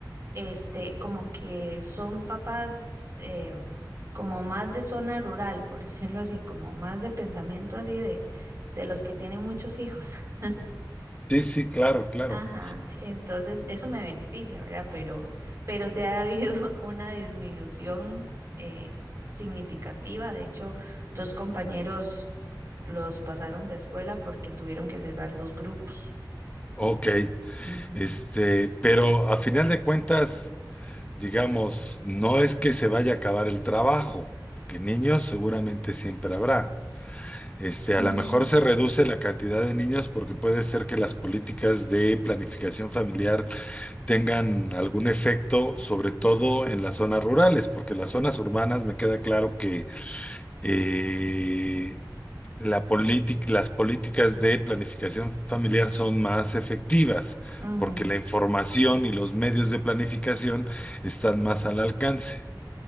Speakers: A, on the right; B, on the left.
A: este, como que son papás eh, como más de zona rural, por decirlo así, como más de pensamiento así de, de los que tienen muchos hijos. <laughs>
B: sí, sí, claro, claro.
A: Ajá, entonces eso me beneficia, ¿verdad? Pero, pero sí ha habido <laughs> una disminución eh, significativa. De hecho, dos compañeros los pasaron de escuela porque tuvieron que cerrar dos grupos.
B: Ok,
A: Ujú.
B: este, pero a final de cuentas... digamos, no es que se vaya a acabar el trabajo, porque niños seguramente siempre habrá. Este,
A: Mm,
B: a lo mejor se reduce la cantidad de niños porque puede ser que las políticas de planificación familiar tengan algún efecto, sobre todo en las zonas rurales, porque las zonas urbanas me queda claro que eh, la política, las políticas de planificación familiar son más efectivas,
A: ujú,
B: porque la información y los medios de planificación están más al alcance.